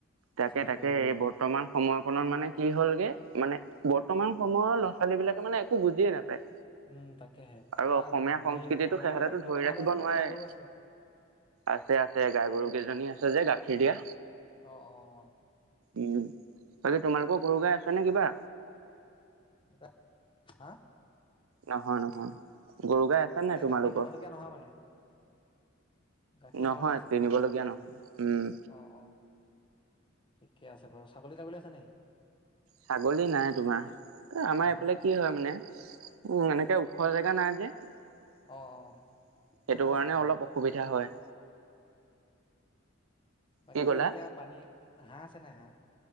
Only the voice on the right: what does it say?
তাকে
তাকে
এই বৰ্তমান সময় কণত মানে কি হ'লগে, মানে বৰ্তমান সময়ৰ ল'ৰা ছোৱালী বিলাকে মানে একো বুজিয়ে নাপায়।
আৰু অসমীয়া
সংস্কৃতিতটো
সিহঁতেতো
ধৰি
ৰাখিব
নোৱাৰে।
আছে আছে গাই গৰু কেইজনী আছে যে গাখীৰ দিয়া।
উম তাকে তোমালোকৰ গৰু গাই আছে নে কিবা?
নহয় নহয় গৰু গাই আছে
নাই তোমালোকৰ?
নহয়
চিনিবলগীয়া নহয়। উম।
ছাগলী নাই তোমাৰ। আমাৰ
এইফালে কি হয় মানে উম এনেকে খোৱা জেগা নাই যে, সেইটো
কাৰণে
অলপ অসুবিধা হয়।
কি ক'লা